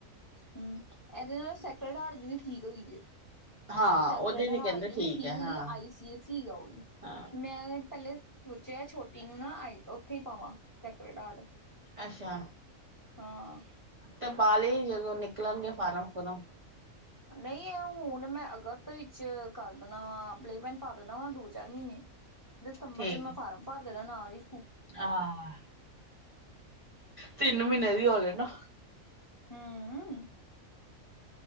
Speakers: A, on the left; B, on the right.
A: ਹੂੰ ਐਦੇ ਨਾਲ ਸੈਕਰਡ ਹਾਰਡ ਵੀ ਠੀਕ ਹੇਗੀ ਜੇ।
B: ਹਾਂ
A: ਸੇਕਰੇਡ
B: ਉਹਦੀ
A: ਹਾਰਡ
B: ਕਹਿੰਦੇ
A: ਦੀ ਵੀ ਠੀਕ
B: ਹੈ
A: ਹੋਗੀ
B: ਹਾਂ
A: ਆਈ ਸੀ ਐ ਸੀ ਆ ਉ ਵੀ।
B: ਹਾਂ
A: ਮੈਂ ਪੈਲੇ ਸੋਚਿਆ ਛੋਟੀ ਨੂੰ ਨਾ ਆਈ ਉੱਥੇ ਪਾਵਾਂ ਸੈਕਰਡ ਹਾਰਡ।
B: ਅੱਛਾ।
A: ਹਾਂ।
B: ਤਾ ਪਾ ਲਈ ਜਦੋਂ ਨਿਕਲਨਗੇ ਫਾਰਮ-ਫੁਰਮ।
A: ਨਈ ਹੂਨ ਮੈਂ ਅਗਸਤ ਵਿੱਚ ਕਰ ਦੇਨਾ ਵਾ ਪੱਲੇਮੈਂਟ ਪਾ ਦੇਨਾ ਵਾਂ ਦੋ, ਚਾਰ ਮਈਨੇ ਦਸੰਬਰ
B: ਠੀਕ
A: ਚ ਮੈਂ ਫਾਰਮ ਭਰ ਦੇਣਾ ਨਾਲ ਈ।
B: ਹਾਂ ਤਿੰਨ ਮੀਨੇ ਦੀ ਹੋ ਲੇ ਨਾ।
A: ਹੂੰ।